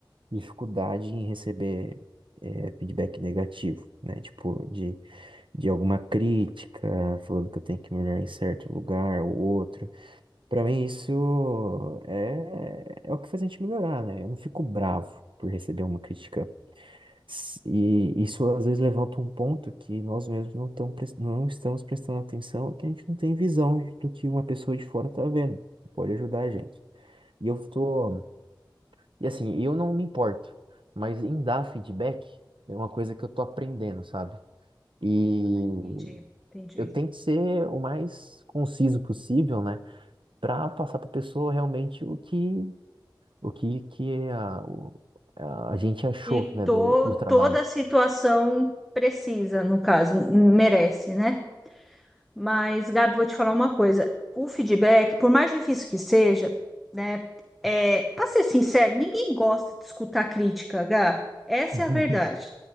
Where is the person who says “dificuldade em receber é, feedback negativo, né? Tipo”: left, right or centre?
Right